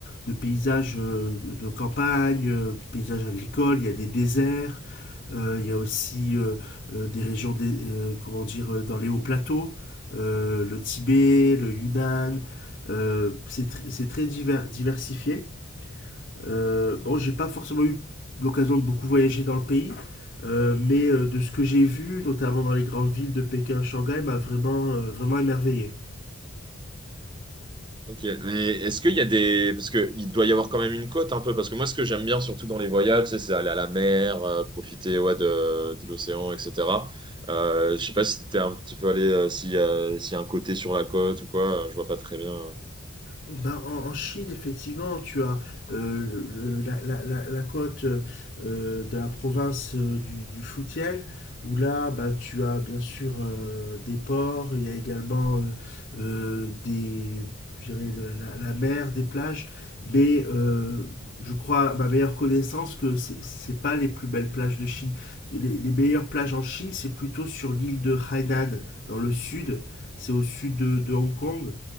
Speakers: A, on the left; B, on the right.
A: de paysages euh, de campagne, euh, paysages agricoles, il y a des déserts, euh, il y a aussi euh, euh, des régions, des euh, comment dire, euh, dans les hauts plateaux, euh, le Tibet, le Yunnan, euh, c'est tr- c'est très diver- diversifié. Euh, bon, j'ai pas forcément eu l'occasion de beaucoup voyager dans le pays, euh, mais euh, de ce que j'ai vu, notamment dans les grandes villes de Pékin, Shanghai, m'a vraiment, euh, vraiment émerveillé.
B: Ok, mais est-ce qu'il y a des... Parce que il doit y avoir quand même une côte un peu, parce que moi ce que j'aime bien surtout dans les voyages, tu sais, c'est aller à la mer, euh, profiter ouais, de, de l'océan, etc. Euh, je sais pas si t'es un petit peu allé, euh, s'il y a, s'il y a un côté sur la côte ou quoi, euh, je vois pas très bien.
A: Ben, en, en Chine, effectivement, tu as euh, le- la, la- la- la côte euh, de la province euh, du, du Fujian, où là, bah, tu as bien sûr euh, des ports, il y a également euh, euh, des, je dirais, le- la, la mer, des plages, mais euh, je crois, à ma meilleure connaissance, que c'est c'est pas les plus belles plages de Chine. Les, les meilleures plages en Chine, c'est plutôt sur l'île de Hainan, dans le sud, c'est au sud de de Hong Kong